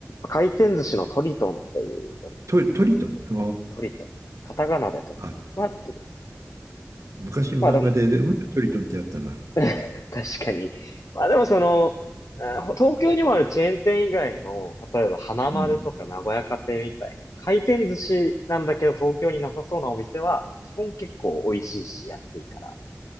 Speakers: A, on the left; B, on the right.
A: 回転寿司のトリトンっていうお店。
B: ト、トリトン。あ
A: トリトン。カタカナでトリトン。
B: ーあ、
A: まあ、
B: 昔漫画で、
A: まあでも、
B: で海のトリトンってやったな。
A: <laughs> 確かに。まあでもその、えー東京にもあるチェーン店以外の、例えば花丸とか名古屋家庭みたいな、
B: うん。
A: 回転寿司なんだけど東京になさそうなお店は、基本結構美味しいし安いから、